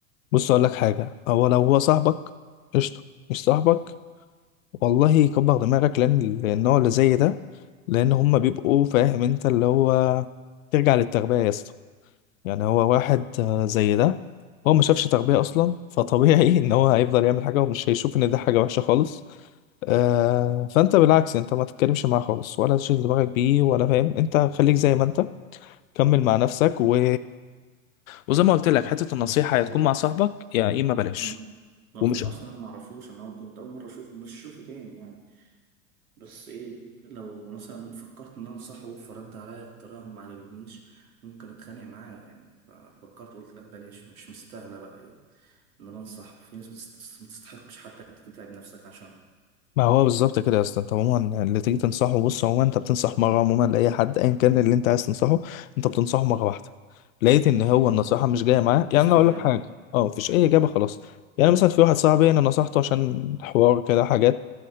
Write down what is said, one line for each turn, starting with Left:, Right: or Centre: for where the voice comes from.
Left: بص اقول لك حاجه هو لو هو صاحبك قشطه مش صاحبك والله كبر دماغك لان النوع اللي زي ده لان هما بيبقوا فاهم انت اللي هو ترجع للتربية يا اسطى يعني هو واحد آه، زي ده هو ما شافش تربية اصلا فطبيعي <laughs> ان هو هيفضل يعمل حاجة ومش هيشوف ان ده حاجة وحشة خالص آه فانت بالعكس انت ما تتكلمش معاه خالص ولا تشغل دماغك بيه ولا فاهم انت خليك زي ما انت كمل مع نفسك و... وزي ما قلت لك حتة النصيحة هتكون
Right: هو
Left: مع صاحبك يا اما بلاش
Right: مم. ما
Left: ومش
Right: هو فكرة أصلا أنا ما أعرفوش أنا كنت أول مرة أشوفه مش أشوفه تاني يعني بس ايه لو مثلا فكرت ان انا انصحه فرد عليا بطريقه ما عجبتنيش ممكن اتخانق معاه يعني ففكرت قلت لا بلاش مش مستاهله بقى ايه ان انا انصحه في ناس بتست- ما تستحقش حتى إنك تتعب نفسك عشانها
Left: ما هو بالظبط كده يا اسطى انت عموما اللي تيجي تنصحه بص عموما انت بتنصح مره عموما لاي حد ايا كان اللي انت عايز تنصحه انت بتنصحه مره واحده لقيت ان هو
Right: اه
Left: النصيحه مش جايه معاه يعني
Right: برستيج
Left: انا اقول لك
Right: أوي.
Left: حاجه اه مفيش اي اجابه خلاص يعني مثلا في واحد صاحبي انا نصحته عشان حوار كده حاجات